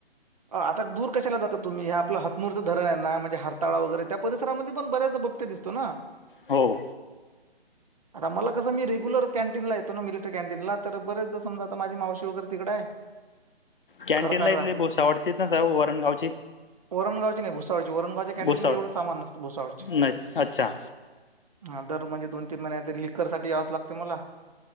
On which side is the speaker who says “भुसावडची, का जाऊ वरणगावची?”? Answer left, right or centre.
Left